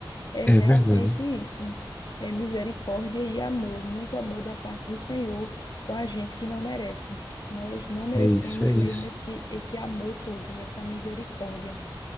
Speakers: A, on the left; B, on the left.
A: É realmente
B: É verdade.
A: isso. É misericórdia e amor, muito amor da parte do Senhor com a gente que não merece. Nós não merecemos
B: É isso, é isso.
A: mesmo esse, esse amor todo, essa misericórdia.